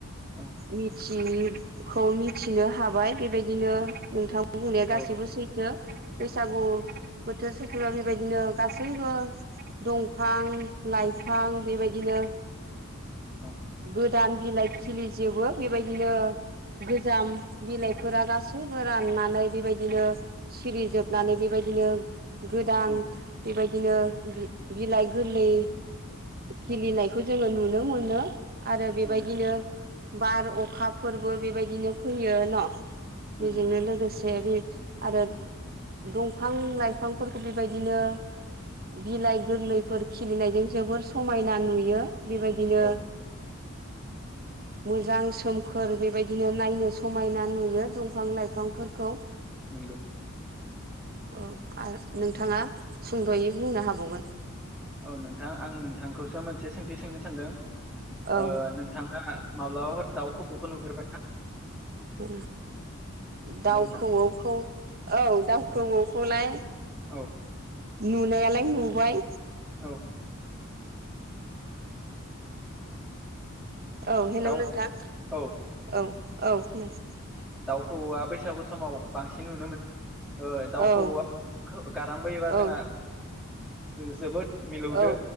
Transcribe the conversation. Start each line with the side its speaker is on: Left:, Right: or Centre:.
Centre: औ
Right: मिथि जि खौ मिथिनो हाबाय बेबायदिनो नोंथां बुंनाया
Centre: औ
Right: गासै बैसागु
Centre: औ
Right: बोथोर सफैबा बेबायदिनो गासैबो दंफां लाइफां बेबायदिनो
Centre: औ
Right: गोद दान बिलाइ खिलिजोबो बेबायदिनो गोजाम बिलाइफोरा गासैबो राननानै बेबायदि बिदिनो सिरि जोबनानै बेबायदिनो गोदान
Centre: औ
Right: बेबाय बिदिनो बिलाइ गोरलै खिलिनायखौ
Centre: औ
Right: जोङो नुनो मोनो। आरो बेबायदिनो
Centre: औ नंगौ नोंथां
Right: बार अखा फोरबो बेबायदिनो फैयो न' बेजोंनो
Centre: उम
Right: लोगोसे बे आरो दंफां लाइफांफोरखौ बेबायदिनो बिलाइ गोरलैफोर खिलिनायजों जोबोर समायना नुयो बेबायदिनो।
Centre: औ <inaudible>
Right: मोजां सोमखोर बेबायदिनो नायनो समायना नुयो दंफां लाइफांफोरखौ।
Centre: नंगौ।
Right: औ आरो नोंथाङा सुंद'यै बुंनो हाबावगोन।
Centre: औ नोंथां आं नोंथांखौसो मोनसे सोंथि सोंनो सानदों
Right: औ
Centre: ओ नोंथाङा माब्लाबाफोर दाउखौऔ नुफेरबाय ना?
Right: ओ। दाउ
Centre: हेलौ नोंथां
Right: खौऔखौ औ दाउखौऔ खौलाय
Centre: औ
Right: नुनायालाय नुबाय
Centre: औ
Right: औ हेल'
Centre: दाउ
Right: नोंथां
Centre: औ
Right: औ औ खोनासै
Centre: औ आ बेैसागु समाव बांसिन नुनो मोनो। ओ दाउखौऔआ
Right: औ
Centre: गारांबोयोबा जोंहा
Right: औ
Centre: जोबोद मिलौदो
Right: औ